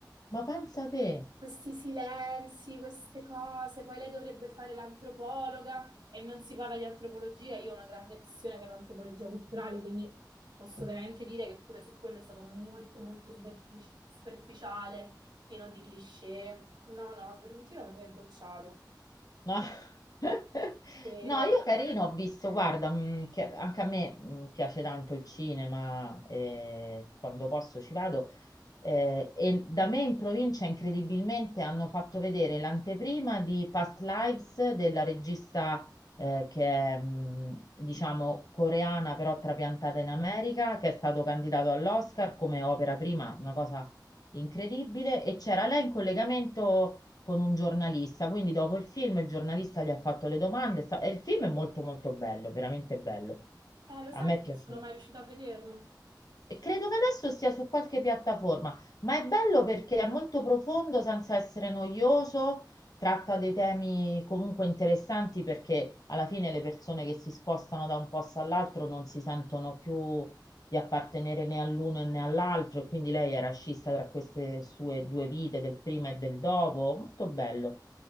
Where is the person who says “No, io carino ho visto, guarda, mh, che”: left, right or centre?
Left